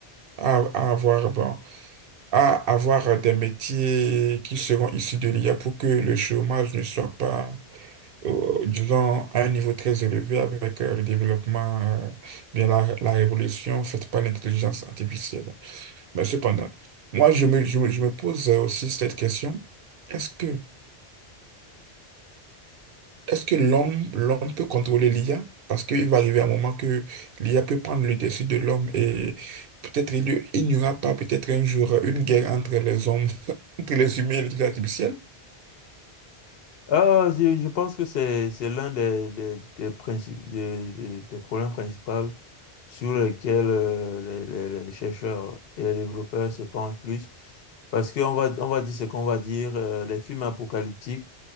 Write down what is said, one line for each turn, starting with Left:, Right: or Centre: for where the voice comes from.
Right: à, à avoir, bon, à avoir des métiers qui seront issus de l'IA pour que le chômage ne soit pas, euh, disons, à un niveau très élevé avec euh, le développement, euh, bien la, la révolution faite par l'intelligence artificielle. Mais cependant, moi, je me, je me je me pose euh, aussi cette question. Est-ce que Est-ce que l'homme, l'homme peut contrôler l'IA? Parce qu'il va arriver un moment que l'IA peut prendre le dessus de l'homme et peut-être il, il n'y aura pas peut-être un jour une guerre entre les hommes, <laughs> entre les humains et l'intelligence artificielle.
Left: Ah, je, je pense que c'est, c'est l'un des, des, des, princi- des, des- des problèmes principaux sur lesquels euh, les, les- les chercheurs et les développeurs se penchent plus. Parce qu'on va, on va dire ce qu'on va dire, euh, les films apocalyptiques